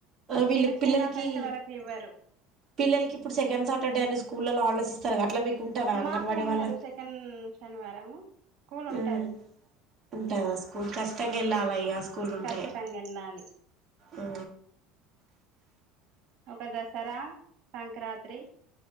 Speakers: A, on the right; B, on the right.
A: వీళ్ళ
B: చిన్న
A: పిల్లలకి
B: చిన్న ఫెస్టివల్కి ఇవ్వరు
A: పిల్లలకి ఇప్పుడు సెకండ్ సాటర్ డే అని స్కూళ్లల్లో హాలిడేస్ ఇస్తారు అట్లా మీకు ఉంటదా అంగన్వాడీ
B: మాకు ఉండదు
A: వాళ్ళకి
B: సెకండ్ శనివారము స్కూల్ ఉంటది
A: మ్మ్ ఉంటదా స్కూల్ కష్టంగా వెళ్ళాలి ఇక స్కూల్ ఉంటే
B: ఖచ్చితంగా వెళ్ళాలి
A: ఆ
B: ఒక దసరా సంక్రాంతి